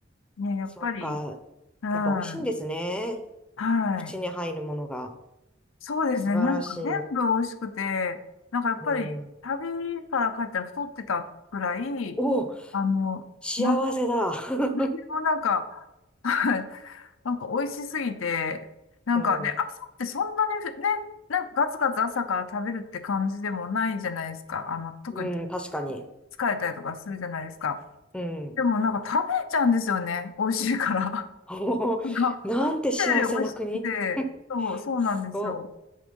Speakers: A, on the left; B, in the centre.
A: ね、やっぱり、
B: そうか。
A: うん。
B: やっぱ美味しいんですね。
A: はい。
B: 口に入るものが。
A: そうですね。
B: 素晴らしい。
A: なんか全部美味しくて、なんかやっぱり旅から帰ったら太ってたくらい、
B: うん。お、
A: あの、
B: 幸せだ。
A: なん、なん
B: <laughs>
A: でもなんか、はい。なんか美味しすぎて、なんかね、
B: うん。
A: 朝ってそんなにね、なんかガツガツ朝から食べるって感じでもないじゃないですか。あの、特に
B: うん、確かに。
A: 疲れたりとかするじゃないですか。
B: うん。
A: でもなんか食べちゃうんですよね。美味しいから。
B: <laughs> おーなんて幸せな国。
A: <laughs> なんか、思ったより美味しくて、そう、そうなんですよ。
B: すごっ。